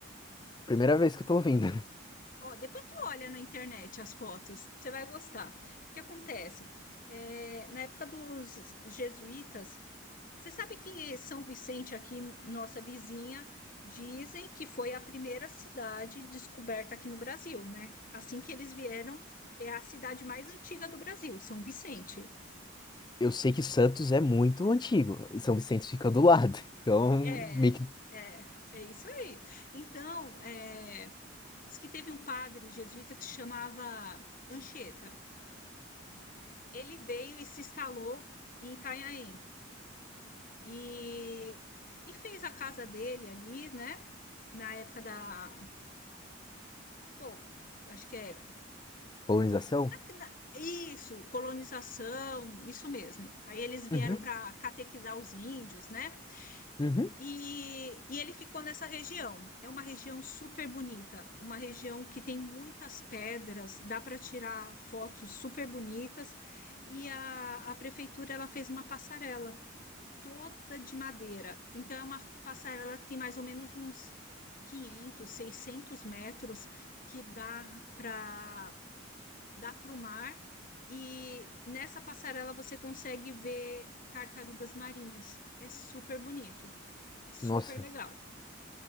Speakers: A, on the left; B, on the left.
A: Primeira vez que eu tô ouvindo.
B: Ó, depois tu olha na internet as fotos, você vai gostar. O que acontece? É, na época dos jesuítas, Você sabe que São Vicente, aqui, nossa vizinha, dizem que foi a primeira cidade descoberta aqui no Brasil, né? Assim que eles vieram, é a cidade mais antiga do Brasil, São Vicente.
A: Eu sei que Santos é muito antigo e São Vicente fica do lado. Então,
B: É,
A: meio que
B: é, é isso aí. Então, é, diz que teve um padre jesuíta que se chamava Anchieta. Ele veio e se instalou em Itanhaém e, e fez a casa dele ali, né? Na época da, bom, acho que é
A: colonização?
B: na- na- isso, colonização, isso mesmo. Aí eles vieram
A: Uhum,
B: para catequizar os índios, né?
A: uhum.
B: E, e ele ficou nessa região. É uma região super bonita, uma região que tem muitas pedras, dá para tirar fotos super bonitas. E a, a prefeitura ela fez uma passarela toda de madeira. Então é uma passarela que tem mais ou menos uns 500 600 metros que dá para dá para o mar, e nessa passarela você consegue ver tartarugas marinhas. É super bonito, é super
A: Nossa.
B: legal.